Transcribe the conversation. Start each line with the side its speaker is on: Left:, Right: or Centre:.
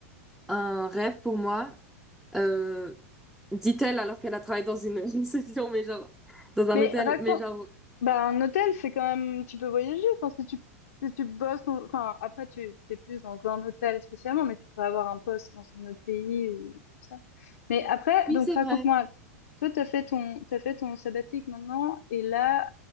Centre: un rêve pour moi. Euh, dit-elle alors qu'elle a travaillé dans une <laughs> une session, mais genre, dans un
Left: Mais
Centre: hôtel.
Left: raconte,
Centre: Mais genre,
Left: Bah, un hôtel, c'est quand même, tu peux voyager. Enfin, si tu, si tu bosses, dans- enfin, après, tu, t'es plus dans un hôtel spécialement, mais tu pourrais avoir un poste dans un autre pays ou comme ça. Mais après,
Centre: oui,
Left: donc,
Centre: c'est
Left: raconte-moi,
Centre: vrai.
Left: toi, t'as fait ton, t'as fait ton sabbatique maintenant, et là,